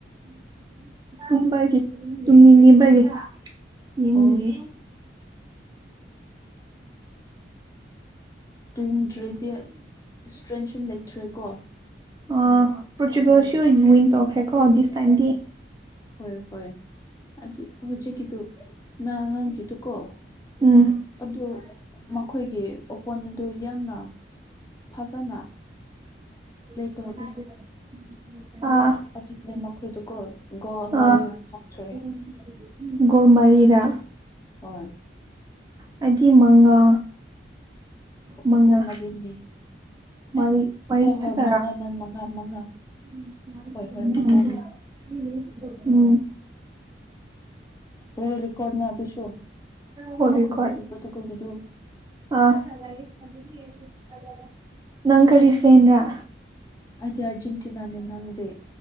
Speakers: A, on the right (about 20°); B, on the left (about 20°).
A: ꯨꯝꯕꯒꯤ ꯇꯨꯡꯅꯤꯡ ꯌꯦꯦꯝꯕꯒꯤ ꯌꯦꯦꯝꯗ꯭ꯔꯤꯌꯦ
B: ꯑꯣ ꯇꯣꯡꯗ꯭ꯔꯦꯗꯤ ꯏꯁꯇ꯭ꯔꯦꯟꯁꯨ ꯂꯩꯇ꯭ꯔꯦꯀꯣ
A: ꯑ ꯄꯣꯔꯇꯨꯒꯜ ꯁꯤ ꯋꯤꯟ ꯇꯣꯛꯈ꯭ꯔꯦꯀꯣ ꯗꯤꯁ ꯇꯥꯏꯝꯗꯤ
B: ꯍꯣꯏ ꯍꯣꯏ ꯑꯗꯨ ꯍꯧꯖꯤꯛꯀꯤꯗꯨ ꯅꯍꯥꯔꯥꯡꯒꯤꯗꯨ ꯀꯣ
A: ꯎꯝ
B: ꯑꯗꯨ ꯃꯈꯣꯏꯒꯤ ꯄꯣꯟ ꯑꯗꯨ ꯌꯥꯝꯅ ꯐꯖꯅ
A: <unintelligible> <unintelligible>
B: ꯄ꯭ꯂꯦ ꯇꯧꯗꯦ
A: ꯑ <unintelligible>
B: ꯑꯗꯨꯅꯦ ꯃꯈꯣꯏꯗꯨꯀꯣ ꯒꯣꯜ ꯃꯔꯤ
A: ꯑ <unintelligible>
B: ꯍꯥꯞꯈ꯭ꯔꯦ
A: ꯒꯣꯃꯔꯤꯗꯥ
B: ꯍꯣꯏ
A: ꯍꯥꯏꯗꯤ ꯃꯉꯥ
B: ꯅꯠꯇꯦ
A: ꯃꯉꯥ
B: ꯃꯔꯤꯅꯤ
A: ꯃꯔꯤ
B: ꯑꯦ
A: ꯃꯔꯤ
B: ꯍꯣꯏ ꯍꯣꯏ
A: ꯈꯛꯇꯔꯥ
B: ꯃꯉꯥ ꯅ ꯃꯉꯥ ꯃꯉꯥ
A: <unintelligible>
B: ꯍꯣꯏ ꯍꯣꯏ ꯃꯉꯥꯅꯤ
A: ꯎꯝ
B: ꯋꯥꯜ ꯔꯦꯀꯣꯔꯗꯅꯦ ꯑꯗꯨꯁꯨ
A: ꯋꯥꯔꯜ
B: ꯃꯈꯣꯏꯒꯤꯗꯨ
A: ꯔꯦꯀꯣꯔꯠ
B: ꯄ‌ꯣꯔꯇꯨꯒꯜꯒꯤꯗꯨ
A: ꯑꯥ <unintelligible> ꯅꯪ ꯀꯔꯤ ꯐꯦꯟ ꯔꯥ
B: ꯑꯩꯗꯤ ꯑꯥꯔꯖꯦꯟꯇꯤꯅꯥꯅꯦ ꯅꯪꯗꯤ